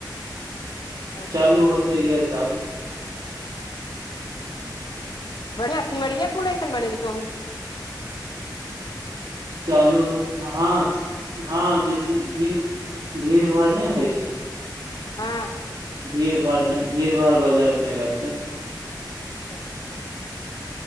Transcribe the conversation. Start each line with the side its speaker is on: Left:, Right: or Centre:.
Left: तऽ अच्छा
Right: चालू होतै इहे साल
Left: बढ़ियाँ सिमरिये पुल ऐसन बनेेलकौ हन की
Right: चालू हाँ हाँ जैसे भीड़ भीड़ भाड़ नय होइ छै।
Left: हाँ।
Right: भीड़ भाड़ नय भीड़ भाड़ बाजारमे नय रहतै।
Left: अच्छा